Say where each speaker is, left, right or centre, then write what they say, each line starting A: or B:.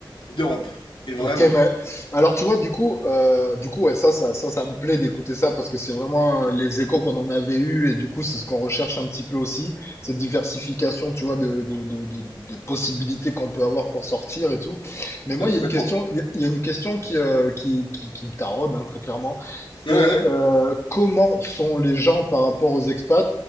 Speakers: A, on the left; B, on the left.
A: d'Europe. Et vraiment.
B: Ok, mais alors tu vois, du coup, euh, du coup, ouais, ça, ça, ça, ça me plaît d'écouter ça parce que c'est vraiment euh, les échos qu'on en avait eu et du coup, c'est ce qu'on recherche un petit peu aussi, cette diversification, tu vois, de, de, de, de, des possibilités qu'on peut avoir pour sortir et tout. Mais moi,
A: Bah,
B: il
A: complètement.
B: y a une question, il y a il y a une question qui, euh, qui, qui, qui me taraude, hein, très clairement.
A: Ouais,
B: C'est
A: ouais.
B: euh, comment sont les gens par rapport aux expats